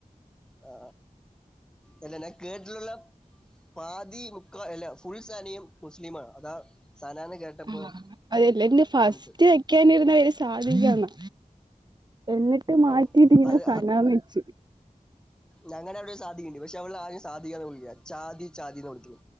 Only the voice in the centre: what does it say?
ആ, അല്ല ഞാൻ കേട്ടിട്ടുള്ള പാതി മുക്കാ എല്ല ഫുൾ സനയും മുസ്ലിമാ അതാ സനാന്ന് കേട്ടപ്പോ
തോന്നിപ്പോയി
ഓ അത്
ഞങ്ങളെ അവിടെ ഒര് സാധികണ്ട് പക്ഷെ അവളെ <unintelligible> സാധിക്കാന്ന് വിളിക്കാ ചാതി ചാതീന്നാ വിളിക്കല്